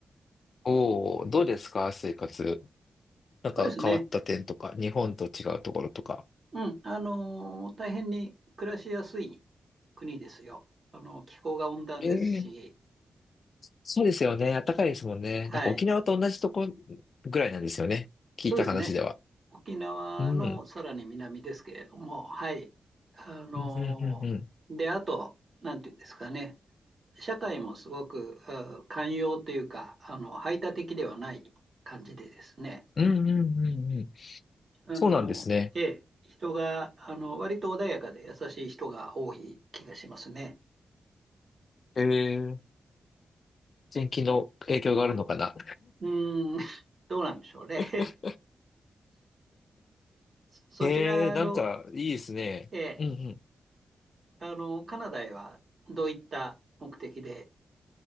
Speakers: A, on the left (about 50°); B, on the right (about 40°).
A: おお、どうですか生活。なんか変わった点とか、
B: そうですね。
A: 日本と違うところとか。
B: うん、あのー大変に暮らしやすい国ですよ。あの、気候が温暖ですし、
A: ええ、そうですよね。暖かいですもんね。
B: はい、
A: なんか沖縄と同じとこぐらいなんですよね。聞いた話では。
B: そうですね。沖縄のさらに南ですけれども、
A: うん。
B: はい。あのーで、
A: うん、うん、うん、うん。
B: あと、なんていうんですかね、社会もすごく、うん寛容というか、あの、排他的ではない感じでですね、
A: うん、うん、うん、うん。
B: あのええ、
A: そうなんですね。
B: 人が、あの、割と穏やかで優しい人が多い気がしますね。
A: ええ、天気の影響があるのかな。
B: うーん、<laughs> どうなんでしょうね。
A: <laughs>
B: <laughs> そそちらの、
A: ええ、なんか、いいですね。
B: ええ、
A: うんうん。
B: あの、カナダへはどういった目的で